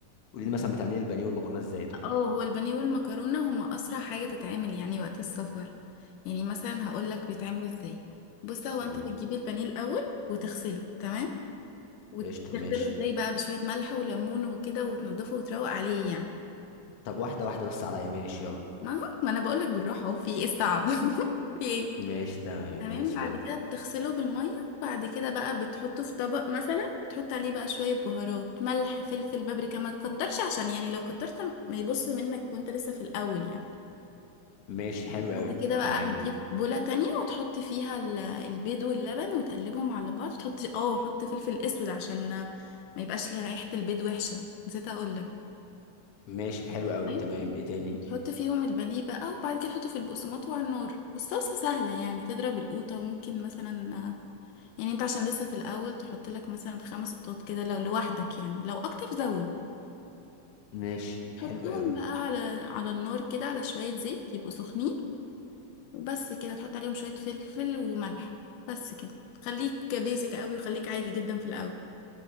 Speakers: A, on the left (about 60°); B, on the left (about 80°).
A: قولي
B: تمام.
A: لي مثلا بتعملي البانيه والمكرونه ازاي طيب
B: اه هو البانيه والمكرونه هما اسرع حاجه تتعمل يعني وقت السفر يعني مثلا هقول لك بيتعملوا ازاي بص هو
A: قولي
B: انت بتجيب
A: لي
B: البانيه الاول وتغسله تمام وتغسله
A: قشطه ماشي
B: ازاي بقى بشويه ملح وليمون وكده وتنضفه وتروق عليه يعني
A: طب واحده واحده بس عليا ماشي يلا
B: ما هو ما انا بقول لك بالراحه اهو في ايه الصعب <laughs> في ايه
A: ماشي تمام
B: تمام
A: ماشي
B: بعد
A: يلا
B: كده بتغسله بالمية بعد كده بقى بتحطه في طبق مثلا بتحط عليه بقى شوية بهارات ملح فلفل بابريكا ما تكترش عشان يعني لو كترت ما يبص منك وانت لسه في الأول يعني
A: ماشي حلو
B: بعد
A: قوي
B: كده بقى
A: تمام
B: بتجيب بولة تانية وتحط فيها ال- البيض واللبن وتقلبهم على بعض وتحط اه حط فلفل اسود عشان ما يبقاش ريحة البيض وحشة نسيت اقولك
A: ماشي حلو قوي
B: تمام
A: تمام ايه تاني
B: وتحط فيهم البانيه بقى وبعد كده تحطه في البقسماط وعلى النار والصلصة سهلة يعني تضرب القوطة ممكن مثلا يعني انت عشان لسه في الاول تحط لك مثلا خمس قطات كده لو لوحدك يعني لو اكتر زود
A: ماشي
B: تحطهم
A: حلو قوي
B: بقى على على النار كده على شوية زيت يبقوا سخنين وبس كده تحط عليهم شوية فلفل وملح بس كده خليك بيزك قوي وخليك عادي جدا في الاول